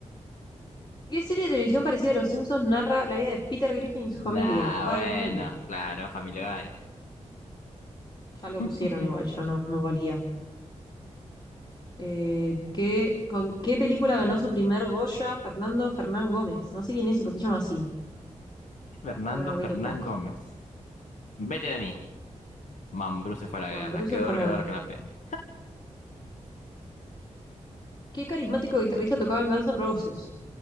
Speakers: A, on the left; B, on the left.
A: ¿Qué serie de televisión parecida a Los Simpsons narra la vida de Peter Griffin y su
B: Nah,
A: familia? Padre
B: bueno,
A: de familia.
B: claro, Familia Guy.
A: Ya lo
B: <laughs>
A: pusieron igual, ya no, no valía. Eh, ¿qué- con qué película ganó su primer Goya Fernando Fernán Gómez? No sé quién es y por qué se llama así.
B: Fernando
A: Voy a poner Baile
B: Fernán
A: Pop.
B: Gómez. Vete de mí. Mambrú se fue a la
A: Mambruse
B: guerra. Qué dolor,
A: fue la...
B: qué dolor, qué la pena.
A: Qué carismático guitarrista tocaba en Guns N' Roses.